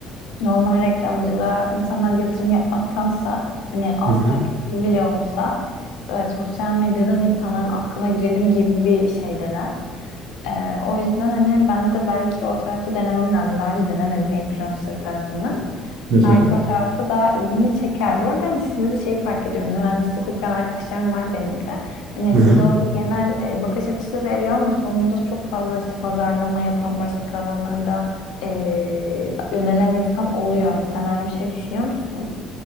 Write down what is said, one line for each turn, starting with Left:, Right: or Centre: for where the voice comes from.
Left: normal reklamcılığa insanlar yatırım yapmaktansa hani az
Right: hı.
Left: takipçili bile olsa e, sosyal medyadan insanların aklına girelim gibi bir şeydeler. E, o yüzden hani ben de belki o tarafı denemem lazım. Daha önce denemedim influencer tarafını.
Right: Hı
Left: Belki
Right: hı.
Left: o tarafta daha ilgimi çeker. Bu arada hani sizde de şey fark ediyorum. Mühendislik okuyan arkadaşlarım var benim de. Hani
Right: Hı
Left: size
Right: hı.
Left: o bir genel e, bakış açısı veriyor ama sonunda çok fazla işte pazarlama yapan başka alanlarda e, yönelen insan oluyor. Yani sen öyle bir şey düşünüyor musun?